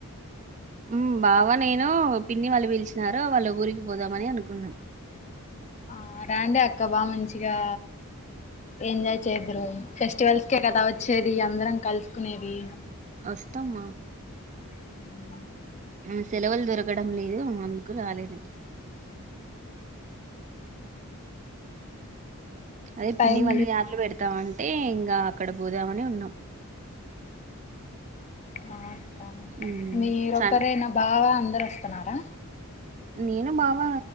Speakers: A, on the right; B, on the left.
A: ఉమ్ బావా నేను పిన్ని వాళ్ళు పిలిచినారు వాళ్ళ ఊరికి పోదామని అనుకున్నాం
B: ఆ రండి అక్క బా మంచిగా ఎంజాయ్ చేద్దురు ఫెస్టివల్స్ కే కదా వచ్చేది అందరం కలుసుకునేది
A: వొస్తమా
B: హ్మ్
A: హ్మ్ సెలవులు దొరకడం లేదు అందుకు రాలేదు అదే
B: టైం
A: పిన్ని వాళ్ళు యాట్లు పెడుతాఅని అంటే ఇంకా అక్కడ పోదామని ఉన్నాం
B: హ అక్క
A: ఉమ్
B: మీరోకరేనా
A: సన్
B: బావ అందరూ వస్తున్నారా
A: నేను బావ